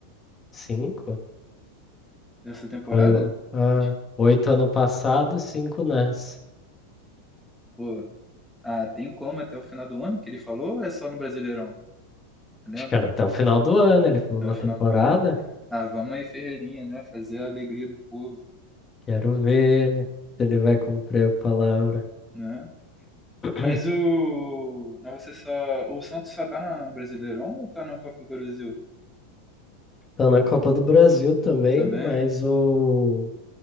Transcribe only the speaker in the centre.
dessa temporada?
Acho que,
pô, ah, tem como até o final do ano que ele falou ou é só no Brasileirão? Você lembra?
Até
o final
do ano. Ah, vamos aí, Ferreirinha, né? Fazer a alegria do povo,
pô,
né?
Mas o. Mas você só. O Santos só tá na- no Brasileirão ou tá na Copa do Brasil?
Também?